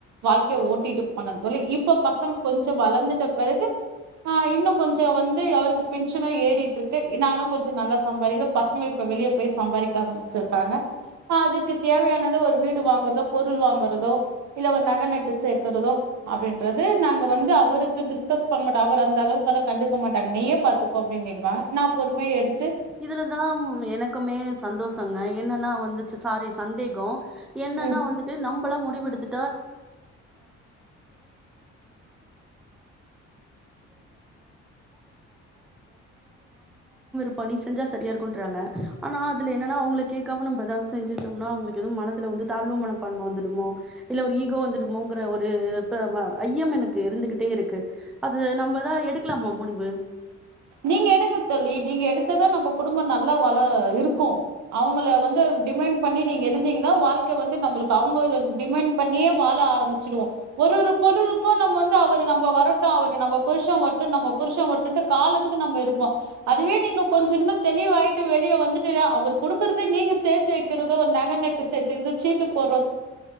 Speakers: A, on the right (about 70°); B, in the centre.
A: வாழ்க்கையை ஓட்டிட்டு போனே தோழி இப்ப பசங்க கொஞ்சம் வளர்ந்துட்ட பிறகு இன்னும் கொஞ்சம் வந்து அவருக்கு பென்ஷனா ஏறிட்டு இருக்கு நானும் கொஞ்சம் நல்லா சம்பாதிக்கன் பசங்க இப்ப வெளிய போய் சம்பாதிக்க ஆரம்பிச்சிருக்காங்க அதுக்கு தேவையான ஒரு வீடு வாங்கறதோ பொருள் வாங்கறதோ இல்ல ஒரு நகை நட்டு சேர்க்கறதோ அப்படிங்குறது வந்து அவருக்கு டிஸ்கஸ் பண்ணட்டந்த அளவு கண்டுக்க மாட்ட பாத்து நான் பொறும எடு
B: இதுலதான் எனக்குமே சந்தோஷங்க என்னன்னா வந்துச்சு சாரி சந்தேகம் என்னன்னா
A: ம்
B: வந்துட்டு நம்பளா முடிவெடு <unintelligible> பண்ணி செஞ்சா சரியா இரு கொண்டுறாங்க ஆனா அதுல என்னன்னா அவங்க கேட்காம நம்ம ஏதாவது செஞ்சுச்சோம்னா அவங்களுக்கு எதவும் மனத்துல வந்து தாழ்வு மனப்பான்மை வந்துடுமோ இல்ல ஒரு ஈகோ வந்துடுமோங்கிற ஒரு ஐயம் எனக்கு இருந்துகிட்டே இருக்கு அது நம்மதான் எடுக்கலாமா முடிவு
A: நீங்க எடுங்க தோழி நீங்க எடுத்ததான் நம்ம குடும்பம் நல்லா வள இரு இருக்கும் அவங்கள வந்து டிண்ட் பண்ணி நீங்க இருந்தீங்கன்னா வாழ்க்க வந்து ந அவங்க டிமண்ட் பண்ணியே வாழ ஆரம்பிச்சவோம் ஒரு ஒரு பொருருக்கும் நம்ம வ அவ நம்ம வரட்டும் அவ நம்மருஷ வரும் நம்மரு கால ந இருப்போம் அதுவே நீங்க கொஞ்ச தெளிவாயிட்டு வெளியே வந்துட்டு அவ கொடுக்கறத நீங்க சேர்த்து வைக்கிறெர சீட்டு போ